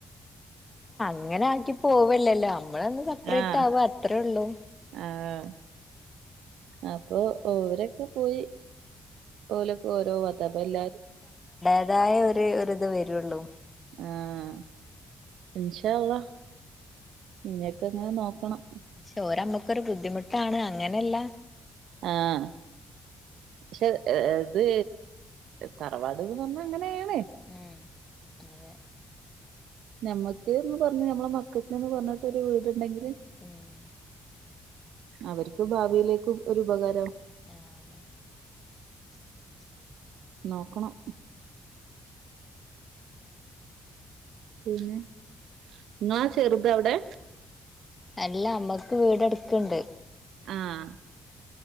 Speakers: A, on the left (about 25°); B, on the right (about 85°).
A: ഇങ്ങനെയാക്കി പോവല്ലല്ലോ. നമ്മളൊന്ന് സപ്പറേറ്റാവാ
B: ആഹ്
A: അത്രേള്ളൂ.
B: ആഹ് അപ്പൊ ഓവരൊക്കെ പോയി ഓലെക്കെ ഒരോ പത്ത അപ്പോ എല്ലാരും
A: അതായ ഒര് ഒരിത് വെരുവൊള്ളൂ.
B: ആഹ് ഇൻഷ അള്ളാ നിനെക്കെ അങ്ങനെ നോക്കണം.
A: പക്ഷെ ഒരമ്മക്കൊരു ബുദ്ധിമുട്ടാണ് അങ്ങനെല്ല.
B: ആഹ് പക്ഷെ ഇത് തറവാട്ന്ന് പറഞ്ഞായിങ്ങെനെയാണ്.
A: ഉം അതെ
B: ഞമ്മക്ക് എന്ന് പറഞ്ഞ് നമ്മെളെ മക്കക്കെന്ന് പറഞ്ഞിട്ടൊരു വീടുണ്ടെങ്കിൽ.
A: ഉം
B: അവർക്ക് ഭാവിയിലേക്കും ഒരു ഉപകാരം
A: ആഹ് അതെ
B: നോക്കണം പിന്നെ ങ്ങാളാ ചെറുത്ത് എവിടെ?
A: അല്ലമ്മക്ക് വീട് അടുത്തുണ്ട്.
B: ആാാ